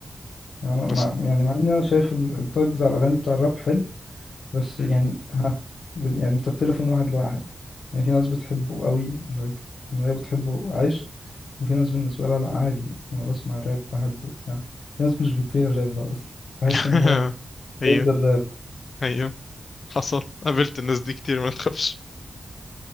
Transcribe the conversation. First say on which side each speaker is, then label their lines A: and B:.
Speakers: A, on the left; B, on the left.
A: أنا ما
B: بس
A: ما- يعني مع اني انا شايف ال- التايب بتاع الاغاني بتاع الراب حلو بس
B: مم.
A: يعني ها ب- يعني بتختلف من واحد لواحد يعني في ناس بتحبه قوي لايك ان هي بتحبه عايش وفي ناس بالنسبه لها لا عادي انا بسمع راب بحبه بتاع في ناس مش
B: مم.
A: بتطيق الراب بقى اصلا تحس
B: <laughs>
A: ان هي
B: ايوه
A: ضد الراب
B: ايوه حصل قابلت الناس دي كتير ما تخافش